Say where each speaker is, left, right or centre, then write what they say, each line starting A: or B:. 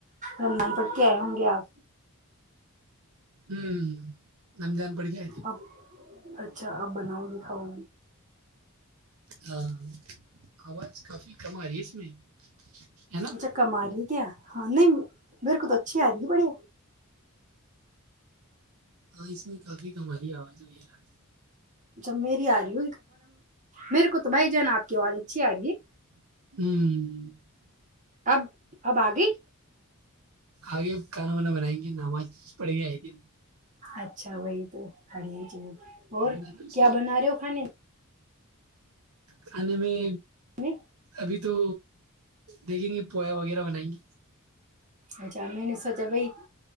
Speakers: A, on the right; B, on the right.
A: رمضان پٹ کے آئے ہوں گے آپ
B: ہوں نم جان پڑ کے آئےتی
A: اب اچھا آپ بناؤ لکھاؤ
B: ہاں آواز کافی کم آ رہی ہے اس میں ہے نا
A: اچھا کم آ رہی ہے کیا ہاں نہیں میرے کو تو اچھی آ رہی ت بڑی
B: ہاں اس میں کافی کم آ رہی ہے آواز وغیرہ ہوں
A: اچھب میری آ رہی میرے کو تو بھائی جان آپ کی آواز اچھی آ رہی ہے
B: ہوں
A: اب اب آ گئی
B: آگے کھانا وانا بنائیں گے ج نماز پڑ گئی ہے ت <unintelligible>
A: اچھا وہی تو <unintelligible> پڑ چلو اور
B: نا تو اس
A: کیا
B: میں
A: بنا رہے ہو کھانے <unintelligible>
B: کھانے میں
A: میں
B: ابھی تو دیکھیں گے پویا وغیرہ بنائیں گے
A: اچھا میں نے سوچا بائی